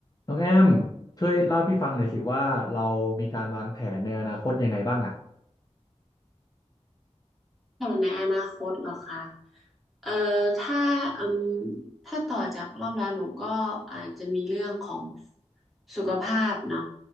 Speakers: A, on the left (about 30°); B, in the centre.
A: น้องแอมช่วยเล่าให้พี่ฟังหน่อยสิว่าเรามีการวางแผนในอนาคตยังไงบ้างอ่ะ
B: แผนในอนาคตเหรอคะเอ่อถ้าอืมถ้าต่อจากรอบแล้วหนูก็อาจจะมีเรื่องของสุขภาพเนาะ